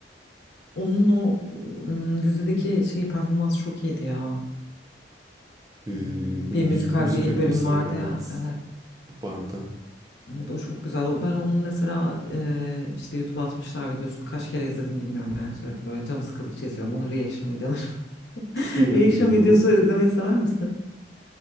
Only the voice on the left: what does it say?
onun o ım, dizideki şeyi performans çok iyiydi ya.
Hmm,
Bir
müzikal
bir bölüm vardı
ya. Evet.
Evet o çok güzel. O- Ben onun mesela e, işte YouTube'a atmışlar videosunu kaç kere izledim bilmiyorum yani sürekli böyle canım sıkıldıkça izliyorum. Onun reaction videoları.
<laughs>
Reaction videosu
izlemeyi sever misin?